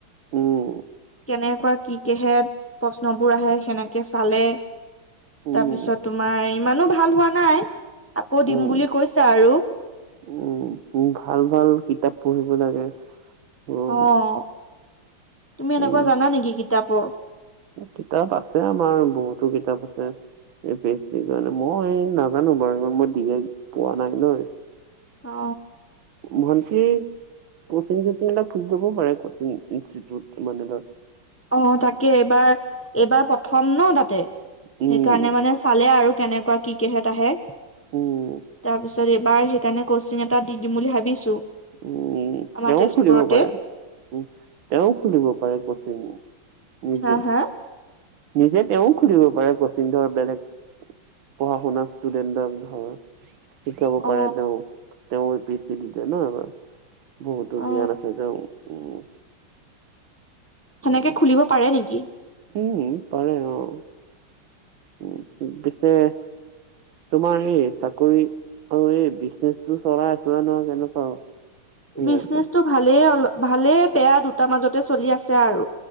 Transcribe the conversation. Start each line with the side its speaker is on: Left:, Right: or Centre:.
Right: উম।
Left: কেনেকুৱা কি কেহে প্ৰশ্নবোৰ আহে সেনেকে চালে
Right: উম
Left: তাৰপিছত তোমাৰ ইমানো ভাল হোৱা নাই আকৌ দিম
Right: উম
Left: বুলি কৈছে আৰু।
Right: উম, উ ভাল ভাল কিতাপ পঢ়িব লাগে। উম
Left: অ', তুমি এনেকুৱা
Right: উম
Left: জানা নেকি কিতাপৰ
Right: কিতাপ আছে আমাৰ বহুতো কিতাপ আছে। এই বেছ সেইকাৰণে মই নাজানোঁ বাৰু মই দিয়ে পোৱা নাই ন।
Left: অ
Right: ভণ্টি কচিং, চচিং এটা খুলি লব পাৰে কচিং ইনষ্টিউট মানে ধ
Left: অ', তাকে এইবাৰ, এইবাৰ প্ৰ প্ৰথম ন তাতে
Right: উম
Left: সেইকাৰণে মানে চালে আৰু কেনেকুৱা কি কিহত আহে
Right: উম
Left: তাৰপিছত এইবাৰ সেইকাৰণে কচিং এটা দি দিম বুলি ভাবিছো।
Right: উম
Left: আমাৰ
Right: তেওঁ
Left: তেজপুৰতে
Right: খুলিব পাৰে। উম তেওঁ খুলিব পাৰে কচিং নিজে।
Left: হা হা
Right: নিজে তেওঁ খুলিব পাৰে কচিং ধৰ বেলেগ পঢ়া শুনাৰ ষ্টুডেণ্টক ধৰ। শিকাব পাৰে
Left: অ
Right: তেওঁ, তেওঁ এ পি এ চি দিছে ন এইবাৰ বহুত
Left: অ
Right: জ্ঞান আছে তেওঁৰ উম
Left: সেনেকে
Right: উম
Left: খুলিব পাৰে নেকি?
Right: উম পাৰে অঁ, উম পিছে তোমাৰ এই চাকৰি আৰু এই বিজনেচটো চলাই আছিলে নহয় কেনেকুৱা ঠিক
Left: বিজনেচটো
Right: আছে।
Left: ভালেই অল ভালে বেয়া দুটা মাজতে চলি আছে আৰু।